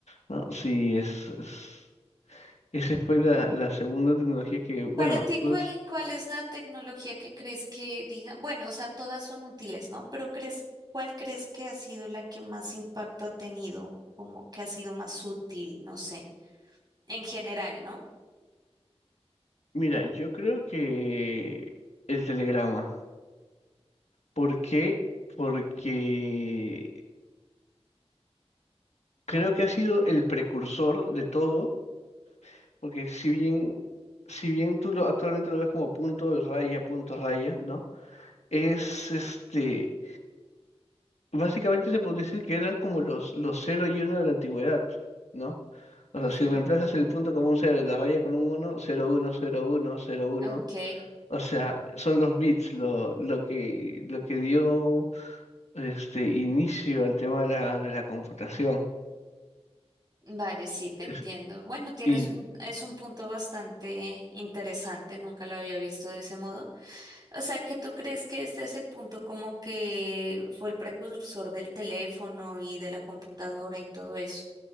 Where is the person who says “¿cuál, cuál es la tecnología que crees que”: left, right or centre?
Right